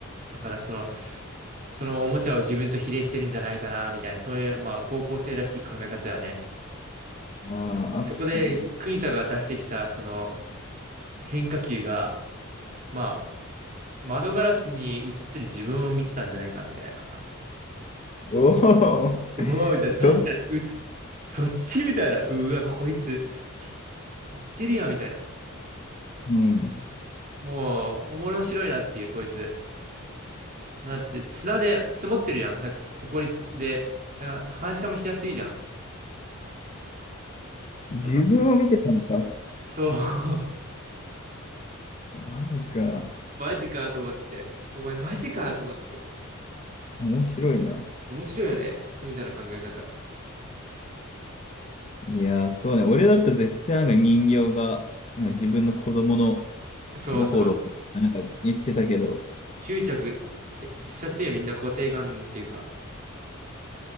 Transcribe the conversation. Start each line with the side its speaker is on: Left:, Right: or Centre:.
Right: だからその、そのおもちゃを自分と比例してるんじゃないかな、みたいな。そういう、まあ、高校生らしい考え方だよね。
Left: うん。ああ、あったね。
Right: そこで、国田が出してきた、その変化球が、まあ、窓ガラスに映ってる自分を見てたんじゃないか、みたいな。
Left: おお、
Right: うわ、みたいな。
Left: そ、
Right: 確かに映っ、そっちみたいな。うわ、こいつ、き言ってるやん、みたいな。
Left: うん。
Right: もう、面白いなっていう、こいつ。だって砂で積もってるじゃん。だ、埃で。だから反射もしやすいじゃん。
Left: 自分を見てたのか。
Right: でもそう。<laughs>
Left: マジか。
Right: マジかと思って。お前マジかと思って。
Left: 面白いな。
Right: 面白いよね。国田の考え方。
Left: いやー、そうね。俺だったら絶対なんか人形が、なんか自分の子供の
Right: そうそう。
Left: 心をなんか言ってたけど、
Right: 執着ってしちゃってるよみんな固定観念っていうか。